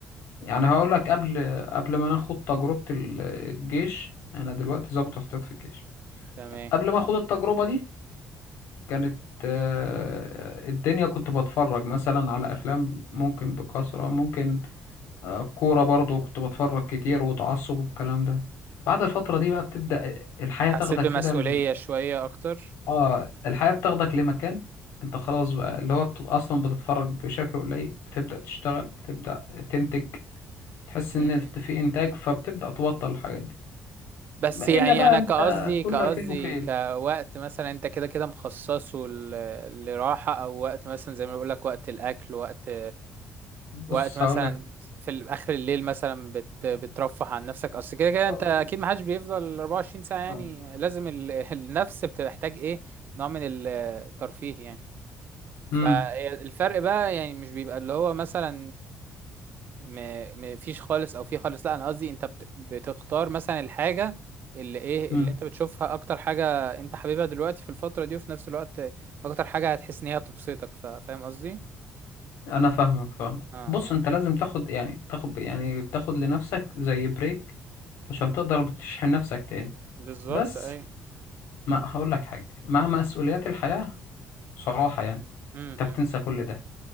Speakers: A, on the left (about 85°); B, on the right (about 45°).
A: يعني هقول لك قبل قبل ما ناخد تجربه الجيش انا دلوقتي ضابط احتياط في الجيش
B: تمام
A: قبل ما اخد التجربة دي كانت آه، الدنيا كنت بتفرج مثلا على افلام ممكن بكثرة ممكن آه، كورة برضو كنت بتفرج كتير وتعصب والكلام ده بعد الفترة دي بقى بتبدأ الحياة
B: حسيت
A: تاخدك
B: بمسؤولية
A: كده ال-
B: شوية أكتر
A: اه الحياة بتاخدك لمكان انت خلاص بقى اللي هو بت- اصلا بتتفرج بشكل قليل بتبدأ تشتغل بتبدأ تنتج تحس
B: م-م.
A: ان انت في انتاج فبتبدأ تبطل الحاجات دي
B: بس
A: ما-
B: يعني
A: الا بقى
B: أنا
A: انت
B: كقصدي
A: كل
B: كقصدي
A: فين وفين
B: كوقت مثلا أنت كده كده مخصصه ل- لراحة أو وقت مثلا زي ما بقولك وقت الأكل وقت
A: بص
B: وقت مثلا
A: هقول
B: في ال- آخر الليل مثلا بت... بترفه عن نفسك أصل كده كده
A: لك
B: أنت أكيد محدش بيفضل 24 ساعة يعني
A: طبعا
B: لازم ال... <laughs> النفس بتحتاج إيه نوع من الترفيه يعني فالفرق
A: امم
B: بقى يعني مش بيبقى اللي هو مثلا ما ما فيش خالص او في خالص لا انا قصدي انت بت... بتختار مثلا الحاجه اللي ايه
A: امم
B: اللي انت بتشوفها اكتر حاجه انت حاببها دلوقتي في الفتره دي وفي نفس الوقت اكتر حاجه هتحس ان هي تبسطك ف... فاهم قصدي
A: انا فاهمك فاهم
B: اه
A: بص
B: اه
A: انت لازم تاخد يعني تاخد يعني تاخد لنفسك زي بريك عشان تقدر تشحن نفسك تاني
B: بالظبط
A: بس
B: اي
A: ما هقول لك حاجه مع مسؤوليات الحياه بصراحه يعني
B: امم
A: انت
B: امم
A: بتنسى كل ده